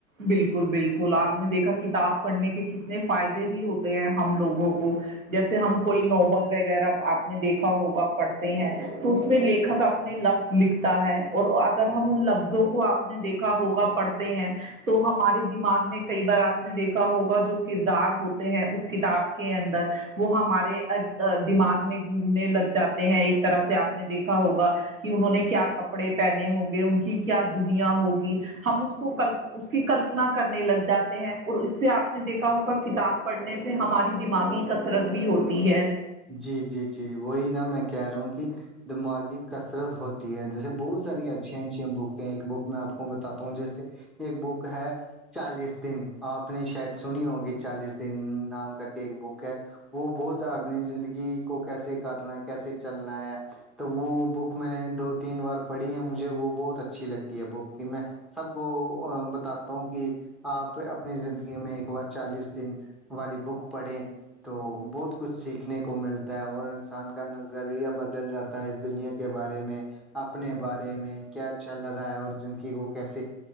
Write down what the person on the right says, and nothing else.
بالکل بالکل آپ نے دیکھا کتاب پڑھنے کے کتنے فائدے بھی ہوتے ہیں ہم لوگوں کو جیسے ہم کوئی ناول وغیرہ آپ نے دیکھا ہوگا پڑھتے ہیں تو اس میں لیکھک اپنے لفظ لکھتا ہے اور اگر ہم ان لفظوں کو آپ نے دیکھا ہوگا پڑھتے ہیں تو ہمارے دماغ میں کئی بار آپ نے دیکھا ہوگا جو کردار ہوتے ہیں اس کتاب کے اندر وہ ہمارے دماغ میں گھومنے لگ جاتے ہیں ایک طرح سے آپ نے دیکھا ہوگا کہ انہوں نے کیا کپڑے پہنے ہوں گے ان کی کیا دنیا ہوگی ہم اس کو کلپ اس کی کلپنا کرنے لگ جاتے ہیں اور اس سے آپ نے دیکھا ہوگا کتاب پڑھنے ہماری دماغی کثرت بھی ہوتی ہے